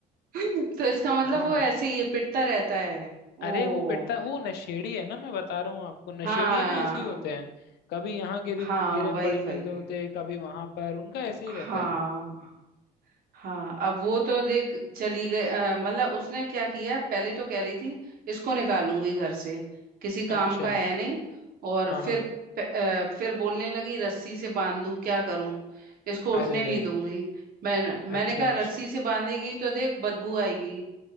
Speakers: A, on the right; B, on the left.
A: <laughs> तो इसका मतलब
B: हाँ
A: वो ऐसे ही ये पिटता रहता है ओ
B: अरे वो पिटता वो नशेड़ी है ना मैं बता रहा हूँ आपको नशेड़ी
A: हाँ
B: है ना ऐसे ही होते हैं कभी यहाँ गिरे
A: हाँ
B: गिरे
A: वही
B: पड़े मिल
A: वही
B: रहे होते हैं कभी वहां पर उनका ऐसे ही रहता
A: हाँ
B: है
A: हाँ अब वो तो देख चली गई अ, मतलब उसने क्या किया पहले तो कह रही थी इसको निकालूंगी घर से किसी काम
B: अच्छा
A: का है नहीं और
B: हाँ
A: फिर
B: हाँ
A: प- अ, फिर बोलने लगी रस्सी से बांध दूं क्या करूं इसको
B: अरे
A: उठने नहीं
B: रे
A: दूंगी मैं मैंने
B: अच्छा
A: कहा
B: अच्छा
A: रस्सी से बांधेगी तो देख बदबू आएगी